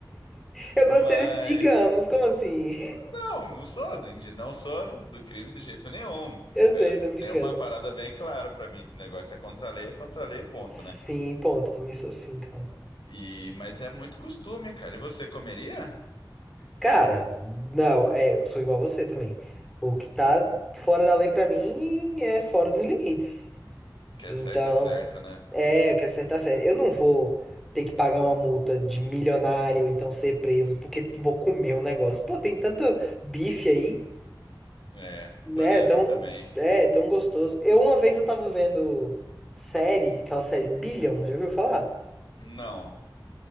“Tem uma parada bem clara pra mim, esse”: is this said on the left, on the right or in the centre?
Left